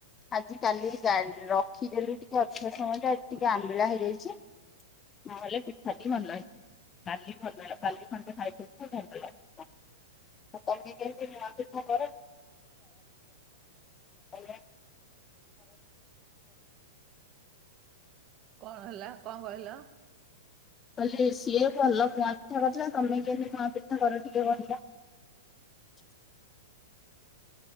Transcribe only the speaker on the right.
କଣ ହେଲା କଣ କହିଲ।